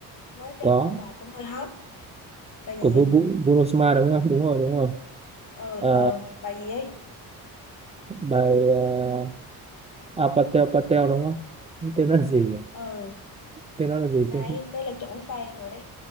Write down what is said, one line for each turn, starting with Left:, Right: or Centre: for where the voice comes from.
Left: mới ra
Right: có
Left: một bài cũng hơi hot bài gì
Right: của
Left: nhỉ
Right: Vu- Vu- Bruno Mars đúng không đúng rồi đúng rồi
Left: ờ
Right: Ờ,
Left: ờ bài gì ấy
Right: bài uh, à, Patel Patel đúng không tên nó là gì nhỉ
Left: ờ
Right: tên nó là gì
Left: đấy
Right: chứ?
Left: đây là chuẩn fan rồi đấy